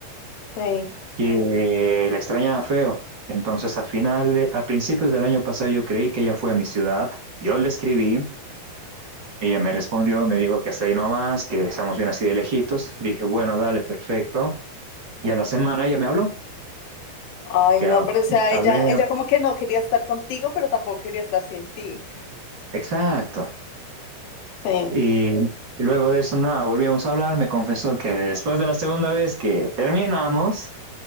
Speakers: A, on the left; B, on the right.
A: sí.
B: que la extrañaba feo. Entonces, a final, eh, a principios del año pasado, yo creí que ella fue a mi ciudad. Yo le escribí, ella me respondió, me dijo que hasta ahí nomás, que estamos bien así de lejitos. Dije, bueno, dale, perfecto. Y a la semana ella me habló,
A: Ay,
B: que
A: no,
B: hab-
A: pero o sea,
B: hablé,
A: ella, ella como que no quería estar contigo, pero tampoco quería estar sin ti.
B: exacto.
A: Sí.
B: Y luego de eso, nada, volvimos a hablar. Me confesó que después de la segunda vez que terminamos,